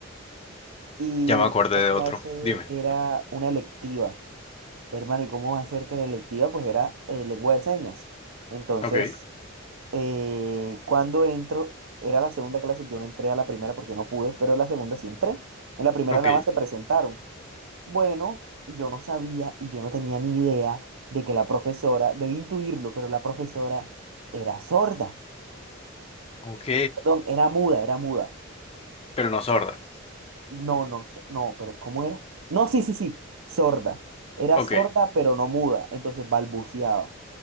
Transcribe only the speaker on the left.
ya me acordé
de
otro. Dime.
Ok,
ok,
ok,
pero no sorda.
Ok.